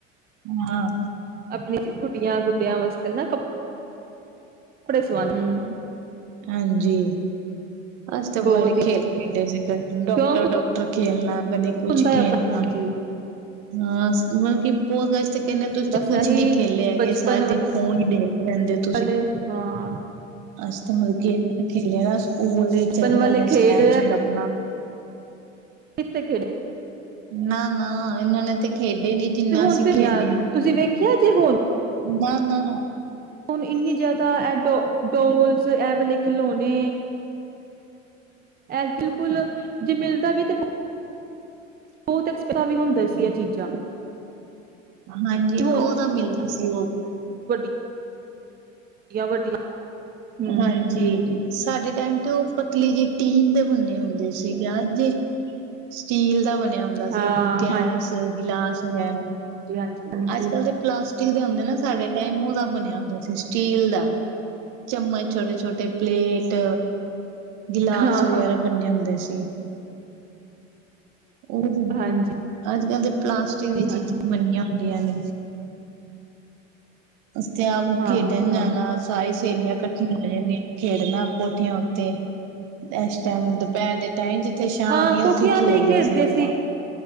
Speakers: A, on the right; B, on the right.
A: ਹਮ
B: ਆਪਣੀ ਗੁੱਡੀਆਂ ਗੁੱਡਿਆਂ ਵਾਸਤੇ ਕ ਕੱਪੜੇ ਸੂਵਾ ਹ
A: ਹਾਂਜੀ ਅਸੀ ਤੇ
B: ਬਹੁਤ
A: ਬੜੇ
B: ਹੀ
A: ਖੇਲ ਖੇਡਦੇ ਸੀ। ਡਾਕਟਰ
B: ਸ਼ੌਕ
A: ਡਾਕਟਰ ਖੇਲਣਾ ਕਦੇ ਕੁਛ
B: ਹੁੰਦਾ
A: ਖੇਲਣਾ,
B: ਹੈ ਆਪ ਹਾਂਜੀ
A: ਬਸ ਮਤਲਬ ਬਹੁਤ ਕਹਿੰਦੇ ਤੁਸੀਂ ਤੇ
B: ਬਸ
A: ਕੁਛ
B: ਇਹੀ
A: ਨੀ ਖੇਲੇ ਹੈਗੇ
B: ਬਚਪਨ
A: ਸਾਰੇ ਦਿਨ ਫੋਨ ਹੀ ਦੇੇਖ ਰਹਿੰਦੇ ਹੋ
B: ਵਾਲੇ
A: ਤੁਸੀਂ
B: ਹਾਂ
A: ਅਸੀਂ ਤੇ ਮਤਲਬ ਕੀ ਇਨਾ ਠੀਕ ਹੈ। ਸਕੂਲ ਲਈ
B: ਬਚਪਨ
A: ਚੱਲ
B: ਵਾਲੇ
A: ਜਾਂਦੇ ਇਸ
B: ਖੇਡ
A: ਟਾਈਮ ਫਿਰ ਆਪਣਾ
B: ਕਿਥੇ ਖੇਡਦੇ
A: ਨਾ ਨਾ ਇਹਨਾਂ ਨੇ ਤੇ ਖੇਡੇ ਨੀ ਜਿੰਨਾ
B: ਤੇ ਹੁਣ
A: ਅਸੀਂ
B: ਫਿਰ
A: ਖੇਡੇ
B: ਤੁਸੀਂ ਵੇਖਿਆ ਜੇ ਹੁਣ
A: ਨਾ ਨਾ
B: ਹੁਣ ਇੰਨੀ ਜਿਆਦਾ ਇਹ ਡੋ ਡੋਲਸ ਐ ਵਾਲੇ ਖਿਲੋਣੇ, ਐ ਬਿਲਕੁਲ ਜੇ ਮਿਲਦਾ ਵੀ ਤੇ ਬਹੁਤ ਐਕਸ ਵੀ ਹੁੰਦਾ ਸੀ ਇਹ ਚੀਜ਼ਾਂ
A: ਹਾਂਜੀ
B: ਤੇ
A: ਉਹ ਤਾਂ ਮਿਲਦਾ ਸੀ ਉਹ
B: ਵਡੀਆਂ ਵੱਡੀਆਂ ਹੂੰ
A: ਹਾਂਜੀ ਸਾਡੇ ਟਾਈਮ ਤੇ ਉਹ ਪਤਲੀ ਜੀ ਟੀਨ ਦੇ ਬੰਨੇ ਹੁੰਦੇ ਸੀਗਾ ਜ ਸਟੀਲ ਦਾ ਬਣਿਆ ਹੁੰਦਾ
B: ਹਾਂ
A: ਸੀ ਗੈਸ ਗਿਲਾਸ <unintelligible>
B: ਜੀ ਹਾਂਜੀ ਹਾਂਜੀ
A: ਅੱਜ ਕੱਲ੍ਹ ਦੇ ਪਲਾਸਟਿਕ ਹੁੰਦੇ ਨਾ ਸਾਡੇ ਟਾਈਮ ਉਹਦਾ ਬਣਿਆ ਹੁੰਦਾ। ਸਟੀਲ ਦਾ ਚਮਚ ਛੋਟੇ ਛੋਟੇ ਪਲੇਟ ਗਿਲਾਸ
B: ਹਾਂ
A: ਵਗੈਰਾ ਬੰਨੇ ਹੁੰਦੇ ਸੀ। ਉਹ ਤਾਂ
B: ਹਾਂਜੀ
A: ਅੱਜ ਕੱਲ੍ਹ ਦੇ ਪਲਾਸਟਿਕ ਦੀ
B: ਹਾਂਜੀ
A: ਚੀਜ਼ਾਂ ਬਣੀਆ <unintelligible> ਅਸੀਂ ਤੇ ਆਪ
B: ਹਾਂ
A: ਖੇਡਣ
B: ਹਾਂ ਹਾਂ
A: ਜਾਣਾ ਸਾਰੇ ਸਹੇਲੀਆਂ ਇਕੱਠੀਆਂ ਹੋ ਜਾਂਦੀਆਂ ਖੇਡਣਾ ਕੋਠੀਆਂ <unintelligible> ਦੁਪਹਿਰ ਦੇ ਟਾਈਮ ਜਿੱਥੇ ਸ਼ਾ
B: ਹਾਂ
A: ਆਨੀ
B: ਕੋਠਿਆਂ
A: ਉੱਥੇ ਖੇਲਦੇ
B: ਤੇ ਹੀ ਖੇਡਦੇ
A: ਸੀ ਆਪਾਂ।